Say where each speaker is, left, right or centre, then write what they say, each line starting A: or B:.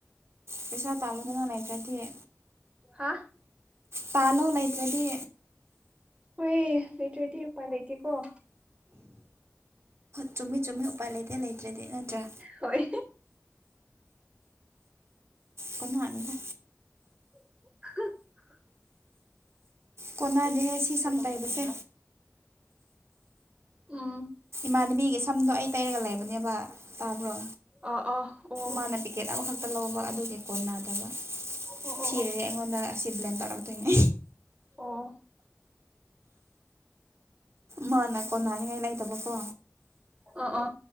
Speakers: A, on the right; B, on the right.
A: ꯄꯩꯁꯥ ꯇꯥꯜꯂꯗꯅ ꯂꯩꯐꯗꯤꯦ
B: ꯍꯥ
A: ꯄꯥꯂꯣ ꯂꯩꯇ꯭ꯔꯗꯤ
B: ꯍꯣꯏ ꯂꯩꯇ꯭ꯔꯣꯏꯗꯤꯄꯥꯥꯏ ꯂꯩ ꯂꯩꯇꯦꯀꯣ
A: ꯆꯨꯝꯃꯤ ꯆꯨꯝꯃꯤ ꯎꯄꯥꯏ ꯂꯩꯇꯦ ꯂꯩꯇ꯭ꯔꯗꯤ ꯅꯠꯇ꯭ꯔꯥ
B: ꯍꯣꯏ
A: ꯀꯃꯥꯅꯤꯗ
B: <unintelligible>
A: ꯀꯣꯟꯅꯗꯦꯍꯦ ꯁꯤ ꯁꯝ ꯀꯩꯕꯁꯦ
B: ꯑ
A: ꯏꯃꯅꯕꯤꯒꯤ ꯁꯝꯗꯣ ꯑꯩ ꯇꯩꯔꯒ ꯂꯩꯕꯅꯦꯕ ꯇꯥꯕ꯭ꯔꯣ
B: ꯑ ꯑꯥ ꯑꯣ
A: ꯃꯥꯅ ꯄꯤꯀꯦꯠ ꯑꯃꯈꯛ ꯇ ꯂꯧꯕ ꯑꯗꯨꯒꯤ ꯀꯣꯟ ꯅꯥꯗꯕ
B: ꯑꯣ
A: ꯊꯤꯔꯗꯤ
B: ꯑꯣ ꯑꯣ
A: ꯑꯩꯉꯣꯟꯗ ꯑꯁꯤ ꯕ꯭ꯂꯦꯝ ꯇꯧꯔꯛꯇꯣꯏꯅꯦ
B: ꯑꯣ
A: ꯃꯥꯅ ꯀꯣꯟꯅꯔꯤꯉꯥꯏ ꯂꯩꯇꯕꯀꯣ
B: ꯑ ꯑ